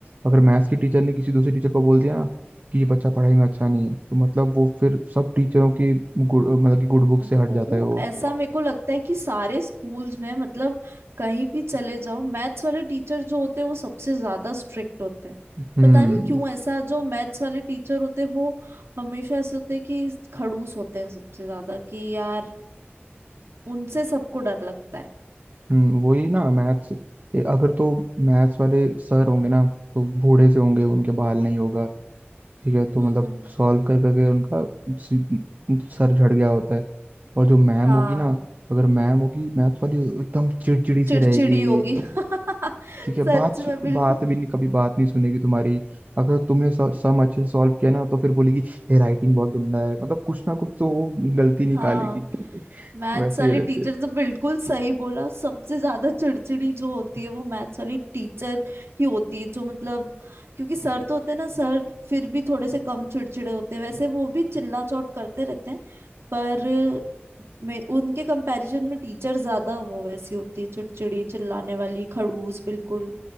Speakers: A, on the right; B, on the right.
A: अगर मैथ्स की टीचर ने किसी दूसरी टीचर को बोल दिया ना कि ये बच्चा पढ़ाई में अच्छा नहीं है तो मतलब वो फिर सब टीचरों की गुड मतलब कि गुड बुक
B: वो
A: से हट जाता है वो
B: ऐसा मेरे को लगता है कि सारे स्कूल्स में मतलब कहीं भी चले जाओ मैथ्स वाले टीचर जो होते हैं वो सबसे ज्यादा स्ट्रिक्ट होते हैं
A: हम्म
B: पता नहीं क्यों ऐसा जो मैथ्स वाले टीचर होते हैं वो हमेशा ऐसे होते हैं कि खड़ूस होते हैं सबसे ज्यादा कि यार उनसे सबको डर लगता है
A: हम्म वही ना मैथ्स अगर तो मैथ्स वाले सर होंगे ना तो बूढ़े से होंगे उनके बाल नहीं होगा ठीक है
B: हम्म
A: तो मतलब
B: हम्म
A: सॉल्व कर करके उनका सी- सर झड़ गया होता है और जो मैम
B: हाँ
A: होगी ना अगर मैम होगी मैथ वाली एकदम चिड़चिड़ी सी
B: चिड़चिड़ी
A: रहेगी
B: होगी <laughs>
A: ठीक है
B: सच
A: बात सु-
B: में बिल्कुल
A: बात भी नहीं कभी बात नहीं सुनेगी तुम्हारी अगर तुमने स- सम अच्छे से सॉल्व किया ना तो फिर बोलेगी ये राइटिंग बहुत गंदा है मतलब कुछ ना कुछ तो वो गलती निकालेगी
B: हाँ
A: <laughs>
B: मैथ्स
A: वैसे
B: वाली
A: ही रहते
B: टीचर
A: हैं
B: तो बिल्कुल सही बोला सबसे ज्यादा चिड़चिड़ी जो होती है वो मैथ्स वाली टीचर ही होती है जो मतलब क्योंकि सर तो होते हैं ना सर फिर भी थोड़े से कम चिड़चिड़े होते हैं वैसे वो भी चिल्ला चोट करते रहते हैं पर मैं उनके कंपैरिजन में टीचर ज्यादा वो वैसी होती है चिड़चिड़ी चिल्लाने वाली खड़ूस बिल्कुल